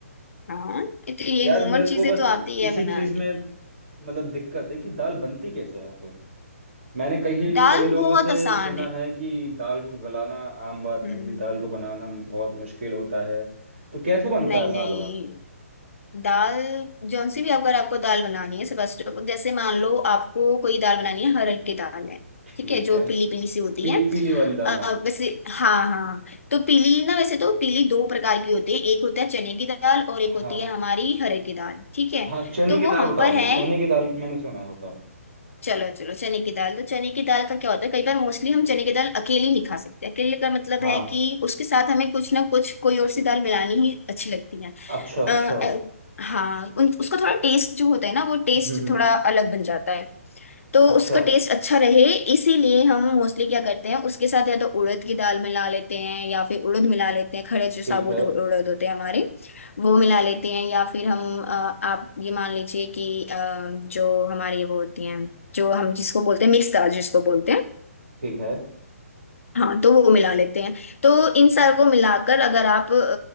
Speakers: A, on the left; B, on the right.
A: हाँ ये तो ये
B: यार
A: नॉर्मल
B: मेरे
A: चीजें
B: को बस
A: तो आती
B: इसी
A: है बनाने
B: चीज में मतलब दिक्कत है कि दाल बनती कैसे है फिर मैंने कई
A: दाल
B: कई लोगों
A: बहुत
B: से
A: आसान
B: सुना
A: है
B: है कि दाल को गलाना आम बात
A: हम्म
B: नहीं दाल को बनाना बहुत मुश्किल होता है तो कैसे बनता
A: नहीं
B: है दाल
A: नहीं
B: वाल
A: दाल जौन सी भी अगर आपको दाल बनानी है सबसे जैसे मान लो आपको कोई दाल बनानी है हरड़ की दाल है
B: ठीक
A: ठीक है जो
B: है
A: पीली पीली सी होती
B: पी,
A: है
B: पीली वाली दाल
A: अ,
B: हाँ
A: वैसे हाँ हाँ तो पीली ना वैसे तो पीली दो प्रकार की होती है एक होता है चने की दाल और एक होती
B: हाँ
A: है हमारी हरड़ की दाल ठीक है
B: हाँ चने
A: तो
B: की
A: वो
B: दाल
A: हम
B: बताओ
A: पर
B: मुझे
A: है
B: चने की दाल मैंने सुना है होता है
A: चलो चलो चने की दाल तो चने की दाल का क्या होता है कई बार मोस्टली हम चने की दाल अकेली नहीं खा सकते अकेले का मतलब
B: हाँ
A: है कि उसके साथ हमें कुछ ना कुछ कोई और सी दाल मिलानी ही अच्छी लगती है
B: अच्छा अच्छा
A: आ, हाँ उन, उसका थोड़ा टेस्ट जो होता है ना वो टेस्ट
B: हम्म हम्म,
A: थोड़ा अलग बन जाता है तो
B: अच्छा
A: उसका टेस्ट अच्छा रहे इसीलिए हम मोस्टली क्या करते हैं उसके साथ या तो उड़द की दाल मिला लेते हैं या फिर उड़द मिला लेते हैं खड़े
B: ठीक
A: जो साबुत
B: है
A: उ- उड़द होते हैं हमारे वो मिला लेते हैं या फिर हम अ, आप ये मान लीजिए कि अ, जो हमारी वो होती हैं जो हम जिसको बोलते हैं मिक्स दाल जिसको बोलते हैं
B: ठीक है
A: हाँ तो वो मिला लेते हैं तो इन सार को मिलाकर अगर आप अ,